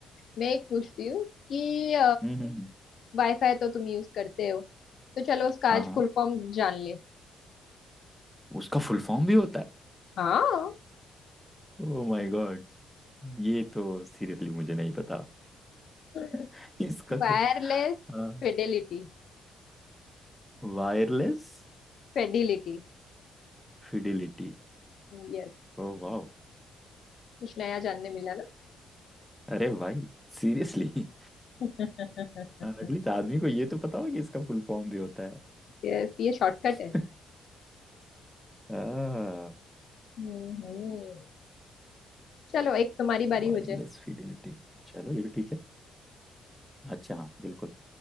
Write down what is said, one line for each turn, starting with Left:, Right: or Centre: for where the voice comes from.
Left: मैं एक पूछती हूँ कि
Centre: हम्म हम्म हम्म,
Left: वाईफाई तो तुम यूज करते हो तो चलो उसका
Centre: हाँ
Left: आज
Centre: हाँ
Left: फुल फॉर्म जान ले
Centre: उसका फुल फॉर्म भी होता है
Left: हाँ
Centre: ओ माय गॉड ये तो सीरियसली मुझे नहीं पता
Left: <laughs>
Centre: <laughs> इसका
Left: वायरलेस
Centre: तो हाँ
Left: फिडेलिटी
Centre: वायरलेस
Left: फेडिलिटी
Centre: फिडिलिटी
Left: यस
Centre: ओ वाह
Left: कुछ नया जानने मिला ना
Centre: अरे भाई सीरियसली <laughs>
Left: <laughs>
Centre: एटलीस्ट आदमी को ये तो पता होगा कि इसका फुल फॉर्म भी होता है
Left: यस ये शॉर्टकट
Centre: <laughs>
Left: है
Centre: आ,
Left: हम्म हम्म। चलो एक तुम्हारी बारी
Centre: वायरलेस
Left: हो जाए
Centre: फिडिलिटी चलो ये भी ठीक है अच्छा हाँ बिल्कुल